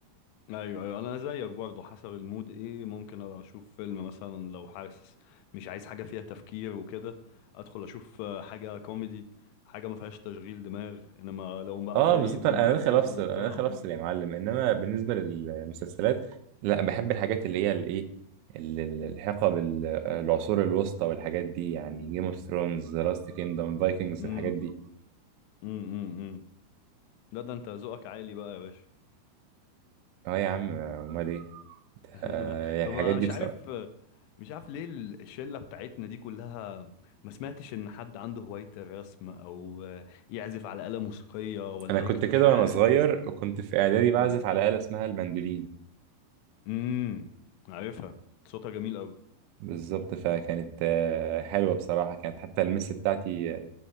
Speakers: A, on the left (about 85°); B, on the right (about 80°).
A: ايوه ايوه انا زيك برضو حسب المود ايه ممكن ابقى اشوف فيلم مثلا لو حاسس مش عايز حاجة فيها تفكير وكده ادخل اشوف آه، حاجة كوميدي حاجة ما فيهاش تشغيل دماغ انما لو بقى
B: اه
A: فايق
B: بالظبط
A: ومركز
B: انا داخل افصل
A: وبتاع
B: انا داخل افصل يا معلم انما بالنسبه للمسلسلات لا بحب الحاجات اللي هي الايه ال- ال- الحقب ال- العصور الوسطى والحاجات دي يعني جيم اوف ثرونز لاست كيندوم فايكنجز
A: امم
B: الحاجات دي
A: امم امم امم. لا ده انت ذوقك عالي بقى يا باشا
B: اه يا عم امال ايه ده-
A: <laughs>
B: آه، يعني
A: طب
B: الحاجات
A: انا
B: دي
A: مش
B: بصراحه
A: عارف مش عارف ليه ال- الشله بتاعتنا دي كلها ما سمعتش ان حد عنده هوايه الرسم او يعزف على آلة موسيقيه ولا
B: انا كنت
A: يكتب
B: كده
A: شعر
B: وانا صغير
A: كده
B: وكنت في اعدادي
A: امم
B: بعزف على آلة اسمها المندولين
A: امم عارفها صوتها جميل قوي
B: بالظبط فكانت آه، حلوه بصراحه كانت حتى المس بتاعتي آه،